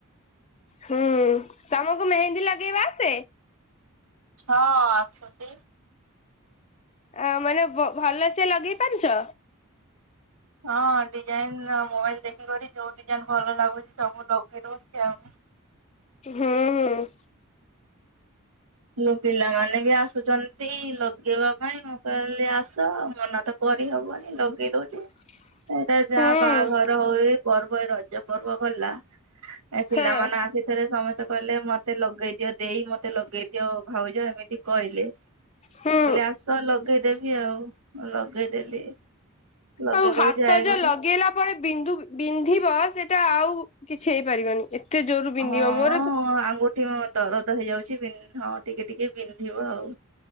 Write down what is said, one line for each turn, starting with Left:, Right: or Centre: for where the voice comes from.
Left: ହୁଁ ତମକୁ ମେହେନ୍ଦୀ ଲଗେଇବା ଆସେ?
Right: ହଁ ଆସୁଚି।
Left: ଆ ମାନେ ବ-ବ ଭଲ ସେ ଲଗେଇ ପାରୁଛ?
Right: ହଁ ଡିଜାଇନ ମୋବାଇଲ ଦେଖିକରି ଯୋଉ ଡିଜାଇନ ଭଲ ଲାଗୁଛି ସବୁ ଲଗେଇ ଦଉଛି ଆଉ।
Left: ହୁଁ ହୁଁ।
Right: ମୋ ପିଲାମାନେ ବି ଆସୁଛ ସେଇ ଲଗେଇବା ପାଇଁ ମୁଁ କହିଲି ଆସ ମନା ତ କରିହବନି ଲଗେଇ ଦଉଛି।
Left: <unintelligible>
Right: ଏଇଟା ଯାହା
Left: ହୁଁ
Right: ବାହାଘର ହୁଏ ପର୍ବ ଏ ରଜ ପର୍ବ ଗଲା। ଏ ପିଲାମାନେ
Left: ହଁ
Right: ଆସିଥିଲେ ସମସ୍ତେ କହିଲେ ମତେ ଲଗେଇଦିଅ ଦେଇ ମତେ ଲଗେ ଭାଉଜ ଏମିତି କହିଲେ ମୁଁ
Left: ହୁଁ।
Right: କହିଲି ଆସ ଲଗେଇଦେବି ଆଉ। ମୁଁ ଲଗେଇଦେଲି। ଲଗେଇ
Left: ଆଉ
Right: କରି
Left: ହାତ
Right: ଯାଏ
Left: ଯୋଉ
Right: ଘରେ
Left: ଲଗେଇଲା ବେଳେ ବିନ୍ଧୁ ବିନ୍ଧିବ ସେଇଟା ଆଉ କିଛି ହେଇପାରିବନି। ଜୋରୁ ବିନ୍ଧିବ
Right: ହଁ
Left: ମୋର ତ
Right: ଆଙ୍ଗୁଠି ମୋ ଦର ଦ ହେଇଯାଉଛି ବିନ୍ ହଁ ଟିକେ ଟିକେ ବିନ୍ଧିବ ଆଉ।